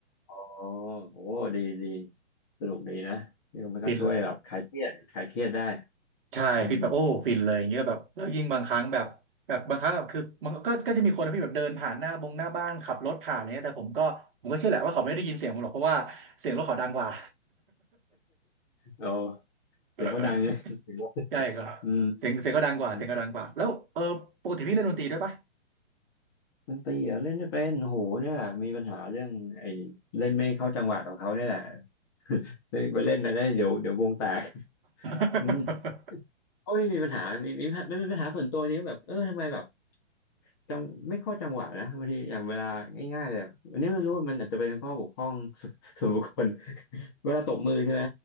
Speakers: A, on the left; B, on the right.
A: อ๋อโอ้ดีดีสนุกดีนะนี่มันก็ช่วยแบบคลายเครียดคลายเครียดได้
B: ฟิน ใช่พี่แบบโอ้ฟินเลยอย่างเงี้ยแบบแล้วยิ่งบางครั้งแบบแบบบางครั้งแบบคือมันก็ก็จะมีคนนะพี่แบบเดินผ่านหน้าบงหน้าบ้านขับรถผ่านอะไรเงี้ยแต่ผมก็ผมก็เชื่อแหละว่าเขาไม่ได้ยินเสียงผมหรอกเพราะว่าเสียงรถเขาดังกว่า
A: อืมเราเสียงเขาดัง
B: <laughs>
A: <laughs> เนี่ยงว่า
B: ใช่ก็
A: อืม
B: เสียงเสียงก็ดังกว่าเสียงก็ดังกว่าแล้วเออปกติพี่เล่นดนตรีด้วยปะ
A: อืมดนตรีเหรอเล่นไม่เป็นโอ้โหเนี่ยแหละมีปัญหาเรื่องไอ้เล่นไม่เข้าจังหวะของเขาเนี่ยแหละไปไปเล่นนะเดี๋ยวเดี๋ยววงแตก <laughs>
B: <laughs>
A: อืมก็ไม่มีปัญหามีมีปัญหาไม่เป็นปัญหาส่วนตัวนี้แบบเออทำไมแบบ จังไม่เข้าจังหวะนะบางทีอย่างเวลาง่ายๆเลยอันนี้ไม่รู้มันอาจจะเป็นข้อบกพร่อง <laughs> ส่วนบุคคลเวลาตบมือใช่ไหม